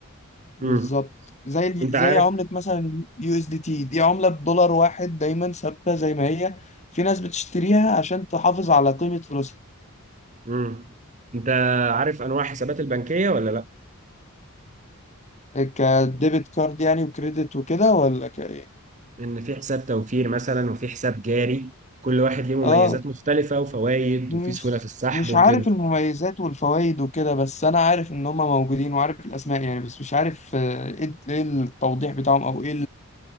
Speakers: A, on the left (about 30°); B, on the right (about 35°).
A: بالظبط
B: امم
A: زي ال-
B: أنت
A: زي
B: عارف
A: عملة مثلا يو اس دي تي دي عملة بدولار واحد دايما ثابتة زي ما هي في ناس بتشتريها عشان تحافظ على قيمة فلوسها
B: امم أنت عارف أنواع حسابات البنكية ولا لأ؟
A: كديبت كارد يعني وكريدت وكده ولا ك إيه؟
B: إن في حساب توفير مثلا وفي حساب جاري كل واحد ليه
A: اه
B: مميزات مختلفة وفوائد
A: مش
B: وفي سهولة في السحب
A: مش
B: وكده
A: عارف المميزات والفوائد وكده بس انا عارف ان هم موجودين وعارف الاسماء يعني بس مش عارف آه، ايه إيه التوضيح بتاعهم او ايه